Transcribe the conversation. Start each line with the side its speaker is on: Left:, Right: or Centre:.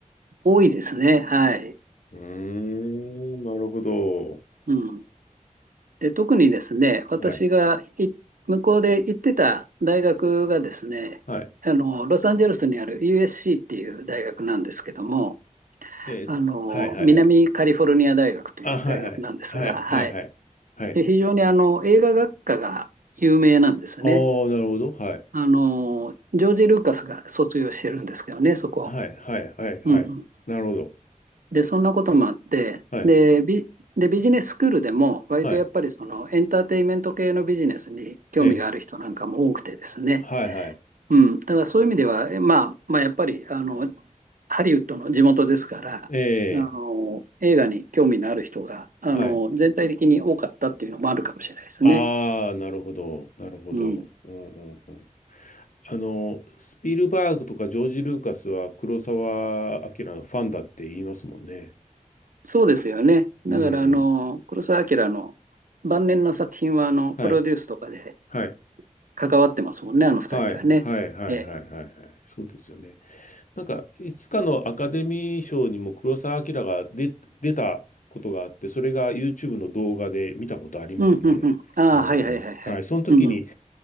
Right: 多いですね。はい。
Left: うーん、なるほど。
Right: うん。で、特にですね、私がい向こうで行ってた大学がですね、
Left: はい。はい
Right: あの、ロサンゼルスにある USC っていう大学なんですけども、
Left: えーはいはいはい。
Right: あの、南カリフォルニア大学という大学なんですが、
Left: あ、はいはい。はいはいはい。
Right: はい。
Left: はい。
Right: で、非常にあの、映画学科が有名なんですね。
Left: ああ、なるほど。はい。
Right: あの、ジョージ・ルーカスが卒業してるんですけどね、そこ。
Left: はいはいはいはい。
Right: うんうん
Left: なるほど。
Right: で、そんなこともあって、
Left: はい。
Right: で、ビ、で、ビジネススクールでも、割とやっぱりそのエンターテインメント系のビジネスに興味がある人なんかも多くてですね、
Left: はい。えー、はいはい。
Right: うん、だからそういう意味では、えまあ、まあ、やっぱりあのハリウッドの地元ですから、
Left: え
Right: あの映画に興味のある人があの全体的に多かったっていうのもあるかもしれないですね。
Left: ー、はい。ああ、なるほど。なるほどはいはいえはいはいえーはいああなるほどなるほどうんうんうん。
Right: うん、
Left: あの、スピルバーグとかジョージ・ルーカスは黒澤明のファンだって言いますもんね。
Right: そうですよね。
Left: うん。
Right: だからあの黒澤明の晩年の作品はあのプロデュースとかで
Left: はい。はい。
Right: 関わってますもんね、あの二人はね。
Left: はい。はい。はい。はい。
Right: ええ
Left: はい。はいそうですよね。なんか、いつかのアカデミー賞にも黒澤明が出、出たことがあって、それが YouTube の動画で見たことありますね。
Right: うん、うん、うん。ああ、
Left: うん。
Right: はい、はい、はい、はい。
Left: はい。その時に、
Right: うん。